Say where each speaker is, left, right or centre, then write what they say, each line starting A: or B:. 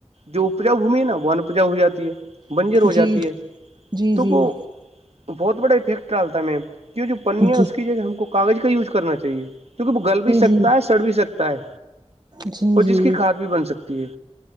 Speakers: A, on the right; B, on the right.
A: جو اپجا بھمی ہے نا وہ انپجاؤ ہو جاتی ہے بنی
B: جی جی
A: جاتی ہے تو
B: جی جی
A: وہ بہت بڑا افیکٹ ڈالتا ہے میم کیوں جو پننیا ہے
B: جی
A: اس کی ج ہم کو کاغذ کا یوز کرنا چاہیے کیونکہ وہ گل بھی سکتا
B: جی
A: ہے سڑ بھی سکتا ہے
B: جی
A: اور
B: جی
A: جس کی کھاد بھی بن سکتی ہے